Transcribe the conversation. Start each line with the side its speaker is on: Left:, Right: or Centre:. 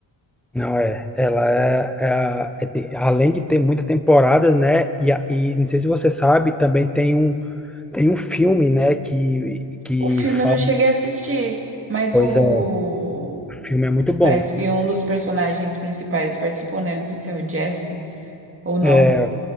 Centre: Não é, ela é, é a- é te- além de ter muita temporada, né, e, a- e não sei se você sabe, também tem um, tem um filme, né, que, que
Right: O filme
Centre: fala,
Right: eu não cheguei a assistir. Mas
Centre: pois
Right: o.
Centre: é, O filme é muito bom.
Right: Parece que um dos personagens principais participou, né? Não sei se é o Jesse ou não.
Centre: É,